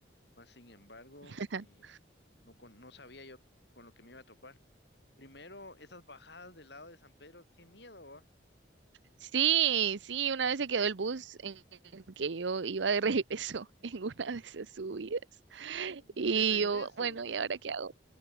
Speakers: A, on the left; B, on the right.
A: Más sin embargo,
B: <laughs>
A: eh, no, con- no sabía yo con lo que me iba a topar. Primero, esas bajadas del lado de San Pedro, qué miedo, ¿va?
B: Sí, sí, una vez se quedó el bus en el que yo iba de regreso <laughs> en una de esas subidas.
A: Mm.
B: Y
A: De regreso.
B: yo, bueno, ¿y ahora qué hago?